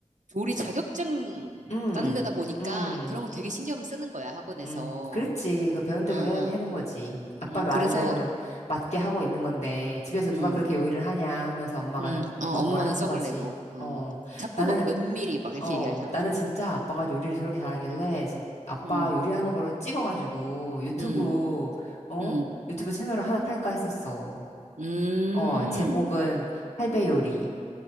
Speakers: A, on the right; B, on the left.
A: 조리 자격증
B: 음.
A: 따는 데다 보니까
B: 음.
A: 그런 거 되게 신경을 쓰는 거야, 학원에서.
B: 음, 그렇지. 그 배운 대로
A: 응, 응,
B: 해, 해는 거지. 아빠
A: 응.
B: 말하는
A: 그래서,
B: 대로는 맞게 하고 있는 건데, 집에서 누가
A: 응,
B: 그렇게 요리를 하냐 하면서 엄마가
A: 응, 어,
B: 막
A: 엄마는
B: 뭐라 하는
A: 성을
B: 거지.
A: 내고, 어
B: 어,
A: 자꾸
B: 나는,
A: 막 면밀히 막 이렇게
B: 어,
A: 얘기하셔가지고.
B: 나는 진짜 아빠가 요리를 저렇게 잘하길래, 진, 아빠
A: 응,
B: 요리하는 거로 찍어가지고 유튜브,
A: 응,
B: 어?
A: 응,
B: 유튜브 채널을 하나 팔까 했었어.
A: 음.
B: 어, 제목은 팔배 요리.